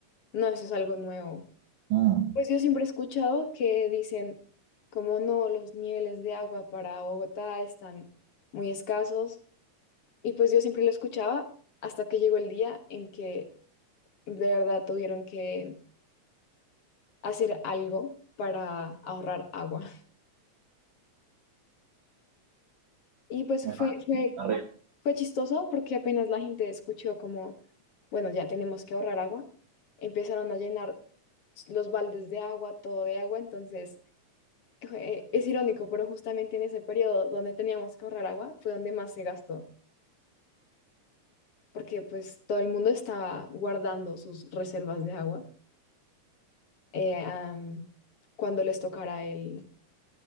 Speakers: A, on the left (about 60°); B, on the right (about 85°).
A: No, eso es algo nuevo.
B: Mm,
A: Pues yo siempre he escuchado que dicen como no, los niveles de agua para Bogotá están muy escasos. Y pues yo siempre lo escuchaba hasta que llegó el día en que de verdad tuvieron que hacer algo para ahorrar agua. <laughs> Y pues
B: Me
A: fue,
B: imagino.
A: fue,
B: terrible.
A: fue chistoso porque apenas la gente escuchó como, bueno, ya tenemos que ahorrar agua, empezaron a llenar los baldes de agua, todo de agua, entonces eh, es irónico, pero justamente en ese periodo donde teníamos que ahorrar agua fue donde más se gastó, porque pues todo el mundo estaba guardando sus reservas de agua eh, am, cuando les tocara el,